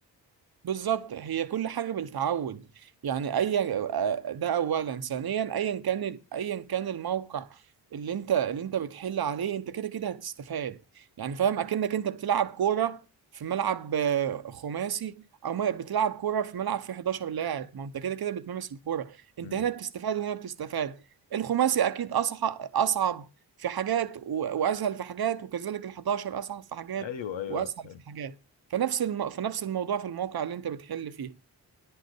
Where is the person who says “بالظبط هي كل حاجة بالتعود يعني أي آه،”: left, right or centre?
Right